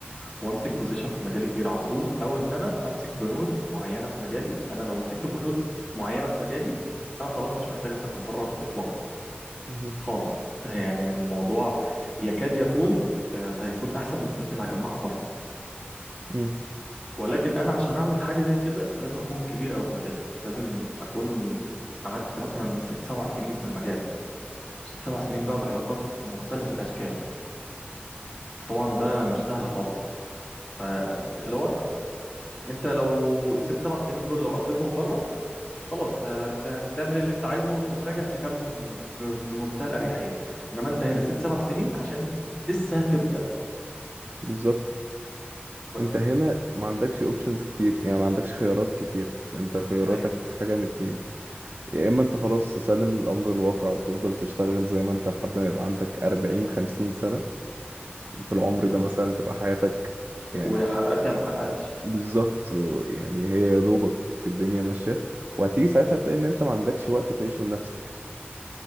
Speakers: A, on the left; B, on the right.
A: وامسك بوزيشن في مجالي كبير على طول او ان انا امسك بنود معينة في مجالي انا لو مسكت بنود معينة في مجالي انا خلاص مش محتاج اسافر بره اطلاقا
B: مهم.
A: خالص يعني الموضوع يكاد يكون آه، هيكون احسن من الفلوس اللي هجمعها بره
B: مم.
A: ولكن انا عشان اعمل حاجه زي كده لازم اكون كبير قوي في مجالي لازم اكون قعدت مثلا ست سبع سنين في المجال ست سبع سنين بقى بعلاقات مختلف الاشكال فطبعا ده مش سهل خالص فاللي هو انت لو الست سبع سنين دول لو قضيتهم بره خلاص هت- هتعمل اللي انت عايزه وتقوم راجع تكمل ب- بمنتهى الاريحيه انما انت هنا ست سبع سنين عشان لسه هتبدا
B: بالظبط
A: بس
B: انت هنا ما عندكش اوبشنز كتير يعني ما عندكش خيارات كتير انت خياراتك
A: ايوه
B: حاجة من اتنين يا اما انت خلاص تسلم للامر الواقع وتفضل تشتغل زي ما انت لحد ما يبقى عندك 40 50 سنة في العمر
A: بالظبط
B: ده مثلا تبقى حياتك يعني
A: ويا حققت يا ما حققتش
B: بالظبط و- يعني هي يا دوبك الدنيا ماشية وهتيجي ساعتها تلاقي ان انت ما عندكش وقت تعيشه لنفسك